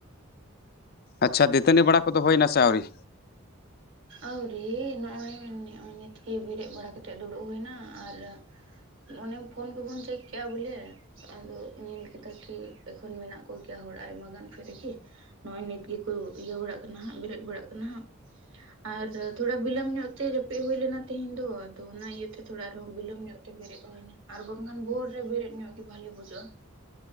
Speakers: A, on the left; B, on the right.
A: ᱟᱪᱪᱷᱟ ᱫᱟᱹᱛᱟᱹᱱᱤ ᱵᱟᱲᱟ ᱠᱚᱫᱚ ᱦᱩᱭᱱᱟ ᱥᱮ ᱟᱹᱣᱨᱤ?
B: ᱟᱹᱣᱨᱤ ᱱᱚᱜᱼᱚᱭ ᱱᱚᱜᱼᱚᱭ ᱱᱤᱛᱜᱮ ᱵᱮᱨᱮᱫ ᱵᱟᱲᱟ ᱠᱟᱛᱮᱫ ᱫᱩᱲᱩᱵ ᱦᱩᱭᱱᱟ ᱟᱨᱼᱼ ᱚᱱᱮᱢ ᱯᱷᱳᱱ ᱠᱚᱵᱚᱱ ᱪᱮᱠ ᱠᱮᱜᱼᱟ ᱵᱚᱞᱮᱼᱼ ᱟᱫᱚ ᱧᱮᱞ ᱠᱮᱫᱟ ᱠᱤ ᱮᱠᱷᱚᱱ ᱢᱮᱱᱟᱜ ᱠᱚᱜᱮᱭᱟ ᱦᱚᱲ ᱟᱭᱢᱟ ᱜᱟᱱ ᱯᱷᱤᱨᱤ ᱜᱮ ᱾ ᱱᱚᱜᱼᱚᱭ ᱱᱤᱛ ᱜᱮᱠᱚ ᱤᱭᱟᱹ ᱵᱟᱲᱟᱜ ᱠᱟᱱᱟ ᱦᱟᱸᱜ, ᱵᱮᱨᱮᱫ ᱵᱟᱲᱟᱜ ᱠᱟᱱᱟ ᱦᱟᱸᱜ ᱾ ᱟᱨ ᱛᱷᱚᱲᱟ ᱵᱤᱞᱟᱹᱢ ᱧᱚᱜ ᱛᱮ ᱡᱟᱹᱯᱤᱫ ᱦᱩᱭ ᱞᱮᱱᱟ ᱛᱮᱦᱮᱧ ᱫᱚ, ᱟᱫᱚ ᱚᱱᱟ ᱤᱭᱟᱹᱛᱮ ᱛᱷᱚᱲᱟ ᱟᱨᱦᱚᱸ ᱵᱤᱞᱟᱹᱢ ᱧᱚᱜ ᱛᱮ ᱵᱮᱨᱮᱫ ᱦᱩᱭᱱᱟ ᱾ ᱟᱨ ᱵᱟᱝᱠᱷᱟᱱ ᱵᱷᱳᱨ ᱨᱮ ᱵᱮᱨᱮᱫ ᱧᱚᱜ ᱜᱮ ᱵᱷᱟᱞᱤ ᱵᱩᱡᱷᱟᱹᱜᱼᱟ